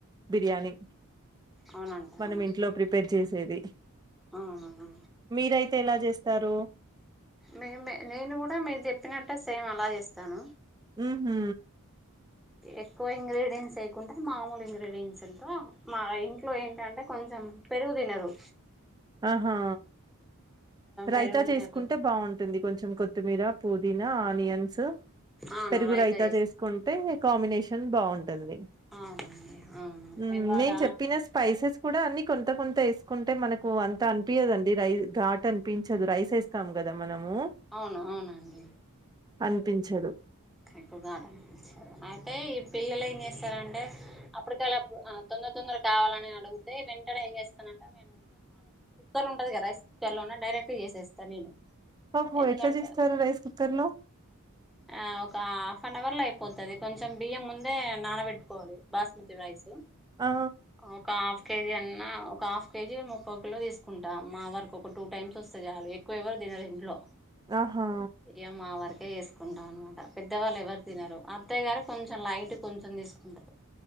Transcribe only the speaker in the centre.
అవునంటారా
అవునా అ
మే నేను కూడా మీరు చెప్పినట్టే సేమ్ అలా చేస్తాను
ఎక్కువ ఇంగ్రీడియంట్స్ వేయకుంటే మామూలు ఇంగ్రీడియంట్స్తో మా ఇంట్లో ఏంటంటే కొంచెం పెరుగు దినరు
పెరుగు తినరు
అవును
రైతా
చేస్తా
అవునండి అవును
ఇవాళ
అవును అవునండి
ఎకు గాటనిపించదు అయితే ఈ పిల్లలు ఏం చేస్తారంటే అప్పటికెళ్ళప్పుడు ఆ తో తొందర తొందర కావాలని అడిగితే వెంటనే ఏం చేస్తానంట అవే <unintelligible> కుక్కర్ ఉంటది కదా రైస్ కుక్కర్ లోనె డైరెక్ట్ చేసెస్తా నేను
ఎందుకంటే
ఆ ఒక హాఫ్ అన్ అవర్ లో అయిపోతది కొంచెం బియ్యం ముందే నానబెట్టుకోవాలి బాస్మతి రైసు
ఒక హాఫ్ కేజీ అన్నా ఒక హాఫ్ కేజీ ముప్పవుకిలో తీసుకుంట మా వరకు ఒక టూ టైమ్స్ వస్తే చాలు ఎక్కువ ఎవరు తినరు ఇంట్లో
ఇగ మా వరకే చేసుకుంటాం అనమాట పెద్దవాళ్ళు ఎవరు తినరు అత్తయ్య గారు కొంచెం లైట్ కొంచెం తీసుకుంటరు